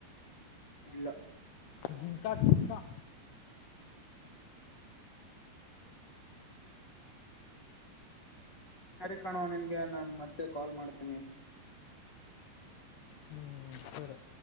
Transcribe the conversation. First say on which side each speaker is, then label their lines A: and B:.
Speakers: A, on the left; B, on the left.
A: ಇಲ್ಲಾ
B: ಜಿಂಕಾ ಜಿಂಕಾ
A: ಸರಿ ಕಾಣೋ ನಿನ್ಗೆ ನಾನ್ ಮತ್ತೆ ಕಾಲ್ ಮಾಡ್ತೀನಿ
B: ಹ್ಞೂ ಸರಿ